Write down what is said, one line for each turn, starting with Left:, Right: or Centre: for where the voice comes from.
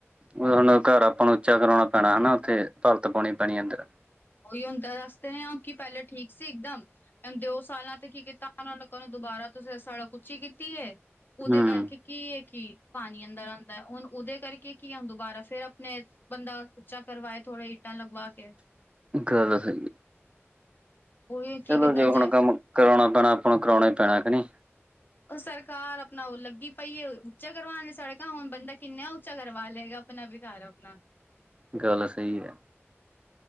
Right: ਓ ਹੁਣ, ਘਰ ਆਪਾਂ ਨੂੰ ਉੱਚਾ ਕਰਾਉਣਾ ਪੈਣਾ ਹਨਾ ਉੱਥੇ, ਭਰਤ ਪਾਉਣੀ ਪੈਣੀ ਆ, ਅੰਦਰ।
Left: ਉਹੀ ਹੁੰਨ ਤਾ ਦੱਸਦੇ ਨੇ, ਓਂਕੀ ਪਹਿਲੇ ਠੀਕ ਸੀ ਇਕਦਮ। ਦਿਓ ਸਾਲਾਂ ਤੇ ਕੀ ਕੀਤਾ, ਉਹਨਾਂ ਲੋਕਾਂ ਨੂੰ ਦੁਬਾਰਾ ਤੁਸੀਂ ਸੜਕ ਉੱਚੀ ਕੀਤੀ ਏ। ਉਹਦੇ
Right: ਹਮ
Left: ਕਰਕੇ ਕੀ ਈਏ ਕੀ, ਪਾਣੀ ਅੰਦਰ ਆਂਦਾ ਏ, ਹੁਣ ਉਹਦੇ ਕਰਕੇ ਕੀ, ਆਂ ਦੁਬਾਰਾ ਫਿਰ ਅਪਣੇ ਬੰਦਾ, ਉੱਚਾ ਕਰਵਾਏ ਥੋੜੇ ਈਟਾਂ ਲਗਵਾਕੇ।
Right: ਗ਼ਲਤ ਹੈਗੀ।
Left: ਉਹੀ ਕੀ
Right: ਚਲੋ
Left: ਕੀਤਾ
Right: ਜੇ ਹੁਣ,
Left: ਜਾਏ
Right: ਕੰਮ ਕਰਾਉਣਾ ਪੈਣਾ, ਆਪਾਂ ਨੂੰ ਕਰਾਉਣਾ ਹੀ ਪੈਣਾ ਕਿ, ਨਹੀ।
Left: ਉਹ ਸਰਕਾਰ ਅਪਨਾ ਉਹ ਲੱਗੀ ਪਈਏ, ਉੱਚਾ ਕਰਵਾਨ ਲਈ ਸੜਕਾ, ਹੁਣ ਬੰਦਾ ਕਿੰਨੇ ਉੱਚਾ ਕਰਵਾ ਲਏਗਾ। ਅਪਨਾ ਵੀ, ਘਰ ਅਪਨਾ।
Right: ਗਲ ਸਹੀ ਹੈ।